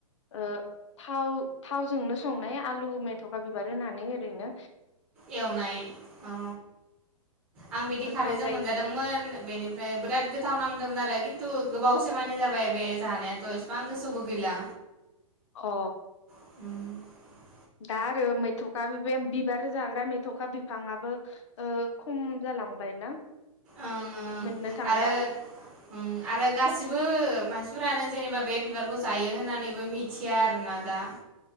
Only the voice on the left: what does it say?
ओ थाव थावजोंनो संनाय आलु मेथ'खा बिबार होनानै ओरैनो
गोथाव
जायो
अ
दा आरो मैथ'खा बि बेम बिबार जाग्रा मेथ'खा बिफाङाबो ओ खम जालांबाय ना?
मोननो थांला।